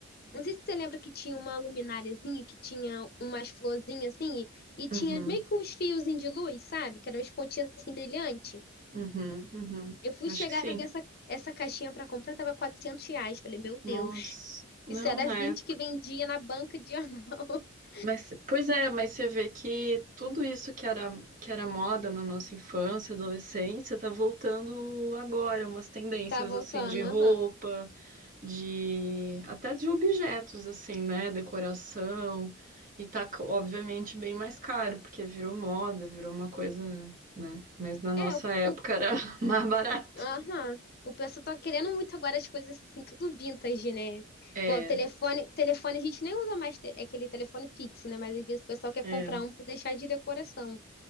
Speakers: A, on the left; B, on the right.
A: Não sei se você lembra que tinha uma lumináriazinha, que tinha umas florzinhas assim, e, e tinha
B: Uhum,
A: meio que uns fiozinhos de luz, sabe? Que eram umas pontinhas assim brilhante.
B: uhum, uhum.
A: Eu fui
B: Acho
A: chegar
B: que sim.
A: a ver essa, essa caixinha para comprar, tava 400 reais. Falei, meu Deus,
B: Nossa, não,
A: isso era
B: né?
A: 20 que vendia na banca de jornal. <laughs>
B: Mas, pois é, mas você vê que tudo isso que era, que era moda na nossa infância, adolescência, tá voltando agora, umas tendências
A: Tá voltando,
B: assim de roupa,
A: aham.
B: de até de objetos assim, né, decoração, e tá c- obviamente bem mais caro, porque virou moda, virou uma coisa, né? Mas na nossa
A: É, o,
B: época
A: o
B: era <laughs> mais barato.
A: Aham. O pessoal tá querendo muito agora as coisas assim, tudo vintage, né?
B: É,
A: Igual o telefone, telefone a gente nem usa mais te- é aquele telefone fixo, né? Mas às vezes o pessoal quer
B: é.
A: comprar um pra deixar de decoração.